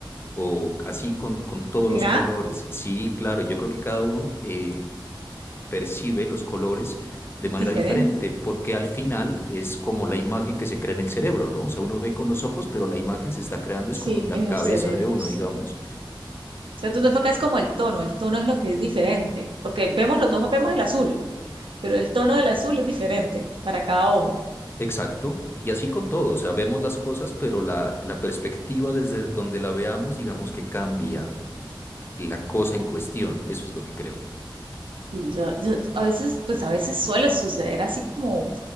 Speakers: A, on the left; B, on the right.
A: O así con, con todos
B: ¿será?
A: los colores. Sí, claro, yo creo que cada uno eh, percibe los colores de manera
B: Diferente.
A: diferente, porque al final es como la imagen que se crea en el cerebro, ¿no? O sea, uno ve con los ojos, pero la imagen se está creando
B: sí,
A: es como en la
B: es
A: cabeza
B: el cerebro,
A: de uno,
B: sí.
A: digamos.
B: O sea, tú te enfocas como el tono, el tono es lo que es diferente, porque vemos los dos, vemos el azul, pero el tono del azul es diferente para cada ojo.
A: Exacto, y así con todo, o sea, vemos las cosas, pero la, la perspectiva desde donde la veamos, digamos que cambia la cosa en cuestión, eso es lo que creo.
B: Y yo, yo- a veces, pues a veces suele suceder así como,